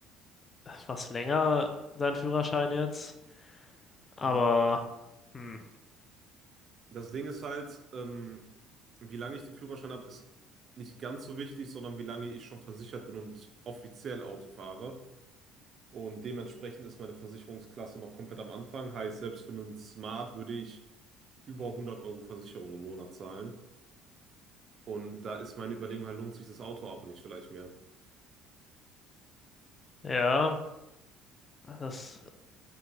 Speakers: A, on the left; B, on the right.
A: etwas länger deinen Führerschein jetzt. Aber,
B: Mhm.
A: hm,
B: Das Ding ist halt, ähm, wie lange ich den Führerschein habe, ist nicht ganz so wichtig, sondern wie lange ich schon versichert bin und offiziell Auto fahre. Und dementsprechend ist meine Versicherungsklasse noch komplett am Anfang. Heißt, selbst für einen Smart würde ich über 100 Euro Versicherung im Monat zahlen. Und da ist meine Überlegung halt, lohnt sich das Autoabo nicht vielleicht mehr?
A: ja, das,